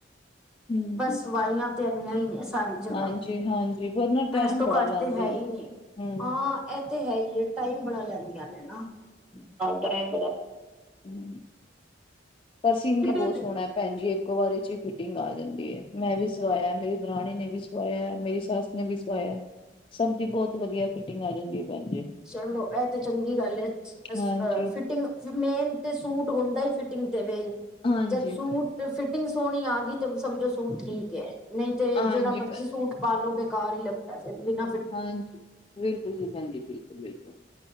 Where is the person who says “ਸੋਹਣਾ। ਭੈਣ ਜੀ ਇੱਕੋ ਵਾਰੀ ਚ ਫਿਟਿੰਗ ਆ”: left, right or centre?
Left